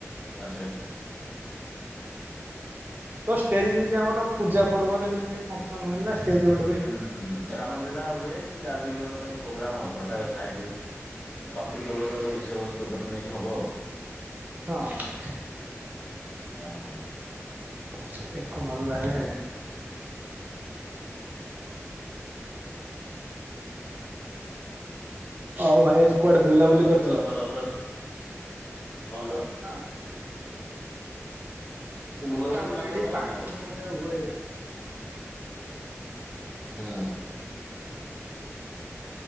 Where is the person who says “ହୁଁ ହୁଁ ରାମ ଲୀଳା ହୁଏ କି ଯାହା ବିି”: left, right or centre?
Left